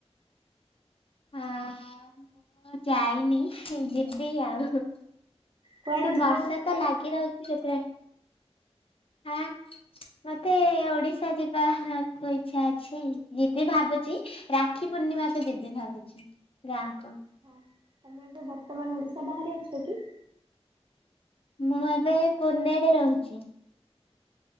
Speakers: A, on the left; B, on the right.
A: ହଁ। ଯାଇନି ଯିବି ଆଉ।
B: କୁଆଡେ
A: ଏ ପା ବର୍ଷା
B: ଯିବ ବୋଲି
A: ତ
B: ଭାବୁଛ?
A: ଲାଗି ରହୁଚି ସେଥିରେ ହଁ। ମତେ ଓଡିଶା ଯିବାକୁୁ ଇଚ୍ଛା ଅଛି, ଯିବି ଭାବୁଚି। ରାକ୍ଷୀ ପୂର୍ଣ୍ଣିମା କୁ ଯିବି ଭାବୁଚି, ଗାଁକୁ।
B: ହଁ। ତମେ ଏବେ ବର୍ତ୍ତମାନ ଓଡିଶା ବାହାରେ ଅଛ କି?
A: ମୁଁ ଏବେ ପୁନେରେ ରହୁଚି।